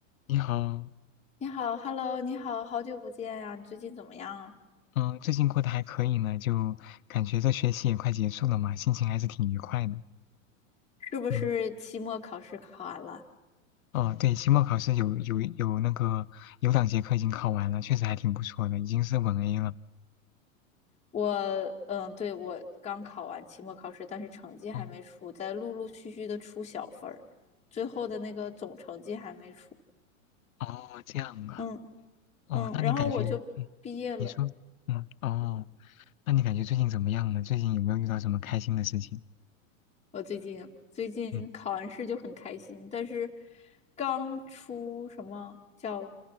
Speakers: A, on the left; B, on the left.
A: 你好，
B: 你好，Hello，你好，好久不见呀，你最近怎么样？
A: 嗯，最近过得还可以呢，就感觉这学期也快结束了嘛，心情还是挺愉快的。
B: 是不是期末考试考完了？
A: 嗯，哦，对，期末考试有有有那个有两节课已经考完了，确实还挺不错的，已经是稳 A 了。
B: 我，嗯，对，我刚考完期末考试，但是成绩还没出，
A: 哦
B: 在陆陆续续的出小分儿，最后的那个总成绩还没出。
A: 哦，这样啊，
B: 嗯
A: 哦，
B: 嗯，
A: 那你感觉，
B: 然后我就毕业了。
A: 嗯，你说，嗯，哦，
B: 嗯
A: 那你感觉最近怎么样呢？最近有没有遇到什么开心的事情？
B: 我最近最近考完试就很开心，
A: 嗯。
B: 但是刚出什么叫